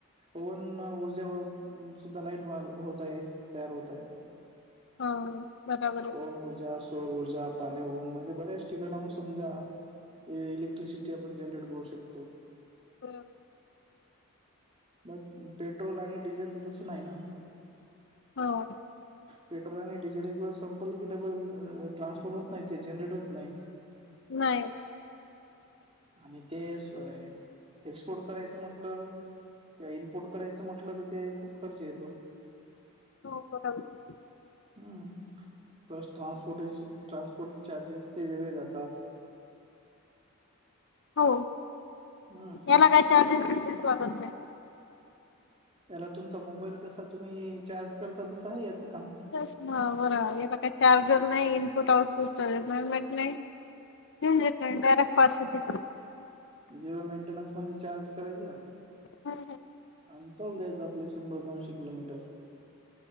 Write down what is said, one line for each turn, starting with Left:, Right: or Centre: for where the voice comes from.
Right: पवन ऊर्जेवर सुद्धा लाईट व होत आहे तयार होतय.
Left: हो बराबर आहे
Right: पवन ऊर्जा सौर ऊर्जा पाण्यावरून म्हणजे बऱ्याश ठिकाणाहुन समजा इलेक्ट्रिसिटी आपण जनरेट करू शकतो.
Left: बर
Right: मग पेट्रोल आणि डिझेल तर तसं नाही ना.
Left: हो
Right: पेट्रोल आणि डिझेल एकवेळेस संपल डबल ट्रान्सफर होत नाही ते जनरेट होत नाही.
Left: नाही
Right: आणि ते सोय एक्सपोर्ट करायचं म्हटलं ते इनपुट करायचं म्हटलं तर ते खूप खर्च येतो.
Left: हो बराबर.
Right: हम्म प्लस ट्रांस्पोर्टेशन ट्रांस्पोर्ट. चार्जेस ते वेगळे जातात.
Left: हो
Right: हम्म
Left: याला काय चार्जेस बिर्जेस लागत नाही.
Right: त्याला तुमचा मोबाईल कसा तुम्ही चार्ज करता तसं आहे याचं काम.
Left: तच म बरं आहे याला काय चार्जर नाही इनपुट आउटपुट मेट नाही. ती हून देत नाय डायरेक्ट पास होते.
Right: जिरो मेंटेनन्स पण रिचार्ज करायचा.
Left: हम्म हम्म
Right: आणि चालून जायचं आपले शंभर दोनशे किलोमीटर.